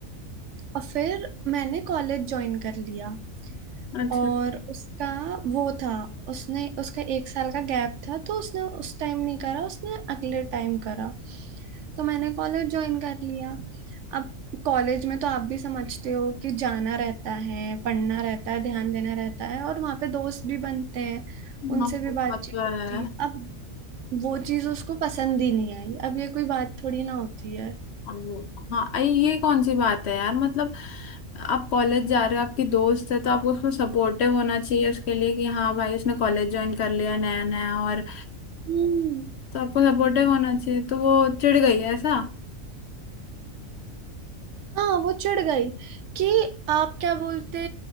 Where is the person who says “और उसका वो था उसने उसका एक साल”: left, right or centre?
Right